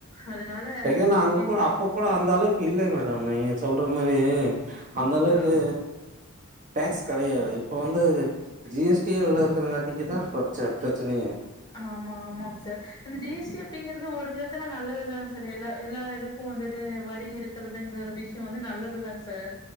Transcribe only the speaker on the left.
அதனால
இன்னைக்
ஆ
ஆமா ஆமாங்க சார் அந்த ஜி எஸ் டி அப்டிங்கறது ஒரு விதத்துல நல்லதுதாங் சார் எல்லா எல்லா இது க்கு வந்துட்டு வரி இருக்குறதுங்கறது விஷயோ வந்து நல்லதுதாங் சார்